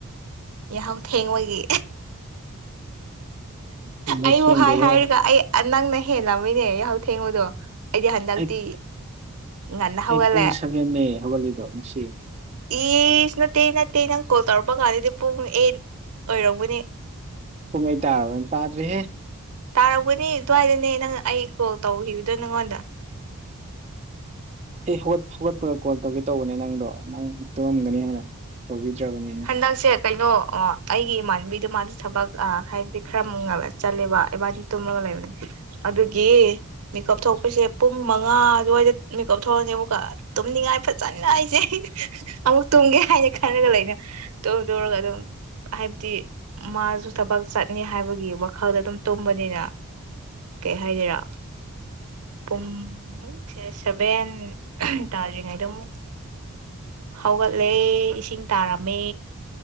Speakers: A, on the right; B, on the right.
A: ꯌꯥꯍꯧ ꯊꯦꯡꯉꯣꯏꯒꯤ
B: ꯌꯦꯡꯉꯣ
A: ꯑꯩꯕꯨ
B: ꯊꯦꯡꯗꯦꯍꯦ
A: ꯍꯥꯏ ꯍꯥꯏꯔꯒ ꯑꯩ ꯅꯪꯅ ꯍꯦꯜꯂꯝꯕꯅꯤꯅꯦ ꯌꯥꯍꯧ ꯊꯦꯡꯕꯗꯣ ꯑꯩꯗꯤ ꯍꯟꯗꯛꯇꯤ
B: ꯑꯩ
A: ꯉꯟꯅ ꯍꯧꯒꯠꯂꯦ
B: ꯑꯩ ꯄꯨꯡ ꯁꯕꯦꯟꯅꯦ ꯍꯧꯒꯠꯂꯤꯗꯣ ꯉꯁꯤ
A: ꯑꯦꯁ ꯅꯠꯇꯦ ꯅꯠꯇꯦ ꯅꯪ ꯀꯣꯜ ꯇꯧꯔꯛꯄ ꯀꯥꯟꯗꯗꯤ ꯄꯨꯡ ꯑꯩꯠ ꯑꯣꯏꯔꯝꯒꯅꯦ
B: ꯄꯨꯡꯍꯩ ꯇꯥꯔꯕꯅ ꯇꯥꯗ꯭ꯔꯤꯍꯦ
A: ꯇꯥꯔꯛꯄꯅꯤ ꯑꯗꯨꯋꯥꯏꯗꯅꯦ ꯅꯪ ꯑꯩ ꯀꯣꯜ ꯇꯧꯈꯤꯕꯗꯣ ꯅꯪꯉꯣꯟꯗ
B: ꯑꯩ ꯍꯧꯒꯠ ꯍꯧꯒꯠꯄ ꯀꯣꯜ ꯇꯧꯒꯦ ꯇꯧꯕꯅꯦ ꯅꯪꯗꯣ ꯅꯪ ꯇꯧꯔꯝꯒꯅꯤ ꯍꯥꯏꯅ ꯇꯧꯕꯤ ꯌꯥꯕꯅꯤ
A: ꯍꯟꯗꯛꯁꯦ ꯀꯩꯅꯣ ꯑꯩꯒꯤ ꯏꯃꯥꯟꯕꯤꯗꯨꯣ ꯃꯥꯗꯤ ꯊꯕꯛ ꯍꯥꯏꯗꯤ ꯈꯔ ꯃꯨꯛ ꯉꯂ ꯆꯠꯂꯦꯕ ꯏꯃꯥꯟꯕꯤ ꯇꯨꯝꯃꯒ ꯑꯗꯨꯒꯤ ꯃꯦꯀꯞ ꯊꯣꯛꯄꯁꯦ ꯄꯨꯡ ꯃꯉꯥ ꯑꯗꯨꯋꯥꯏꯗ ꯃꯦꯀꯞ ꯊꯣꯛꯔꯅꯦꯕꯀ ꯇꯨꯝꯅꯤꯡꯉꯥꯏ ꯐꯖꯅ ꯑꯩꯁꯦ ꯑꯃꯨꯛ ꯇꯨꯝꯒꯦ ꯍꯥꯏꯅ ꯈꯜꯂꯒ ꯂꯩꯅꯕ ꯇꯧꯗꯣꯜꯒ ꯑꯗꯨ ꯍꯥꯏꯕꯗꯤ ꯃꯥꯁꯨ ꯊꯕꯛ ꯆꯠꯅꯤ ꯍꯥꯏꯕꯒꯤ ꯋꯥꯈꯜꯗ ꯑꯗꯨꯝ ꯇꯨꯝꯕꯅꯤꯅ ꯀꯩ ꯍꯥꯏꯒꯦꯔꯥ ꯄꯨꯡꯦ ꯁꯕꯦꯟ ꯇꯥꯗ꯭ꯔꯤꯉꯩ ꯑꯗꯨꯝ ꯍꯧꯒꯠꯂꯦ ꯏꯁꯤꯡ ꯇꯥꯔꯝꯃꯦ